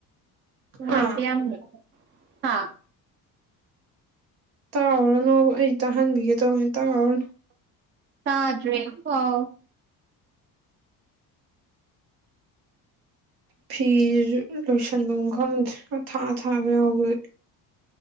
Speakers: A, on the right (about 30°); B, on the right (about 80°).
A: ꯃꯥꯇ
B: ꯍꯥ
A: ꯌꯥꯝ ꯍꯥ
B: ꯇꯥꯎꯎꯔꯅꯨ ꯑꯩ ꯇꯥꯍꯟꯕꯤꯒꯦ ꯇꯧꯕꯅꯦ ꯇꯥꯎꯎꯔꯅꯨ
A: ꯇꯥꯗ꯭ꯔꯦ ꯍꯥꯎ
B: ꯐꯤ ꯂꯣꯏꯁꯤꯟꯕ ꯃꯈꯪ ꯊꯥ ꯊꯥꯕ ꯌꯥꯎꯕ